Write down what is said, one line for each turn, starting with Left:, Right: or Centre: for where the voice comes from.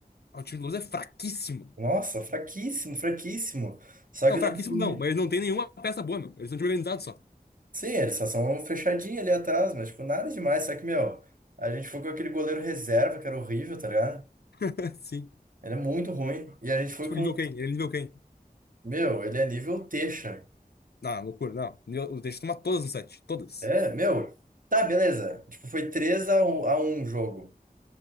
Left: Ah, O time do Luz é fraquíssimo.
Right: Nossa, fraquíssimo, fraquíssimo. Só
Left: Não,
Right: que o
Left: fraquíssimo
Right: nosso time.
Left: não, mas eles não tem nenhuma peça boa, meu. Eles são organizados só.
Right: Sim, eles só são fechadinhos ali atrás, mas, tipo, nada demais. Só que, meu, a gente foi com aquele goleiro reserva, que era horrível, tá ligado?
Left: <laughs> Sim.
Right: Ele é muito ruim. E a gente foi
Left: Tipo,
Right: com.
Left: nível quem? Ele é nível quem?
Right: Meu, ele é nível Teixa.
Left: Não, loucura, não. Nível, o Teixeira toma todas no set. Todas.
Right: É, meu. Tá, beleza. Tipo, foi 3 a um a 1 jogo.